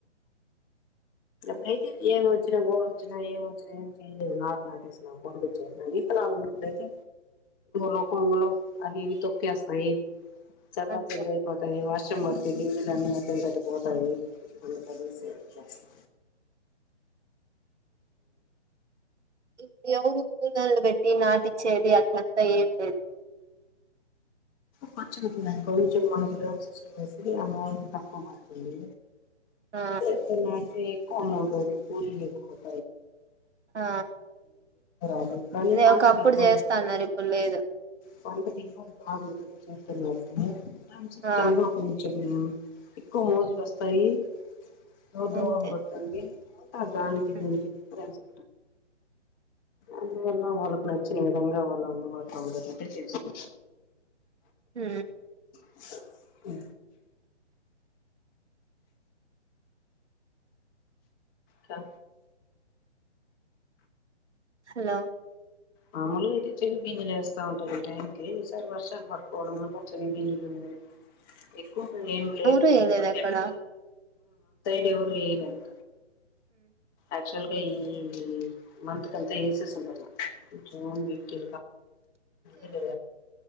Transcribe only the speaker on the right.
అంతే
ఇప్పుడు ఎవరుూ కూూలలు పెట్టి నాటిచ్చేది అట్లంతా ఏం లేదు
ఆ
ఆ
అదే
ఒకప్పుడు చేస్తాన్నారు ఇప్పుడు లేదు
ఆ
అంతే
ఉమ్,
హ
హలో
ఎవరు వేయలేదు అక్కడ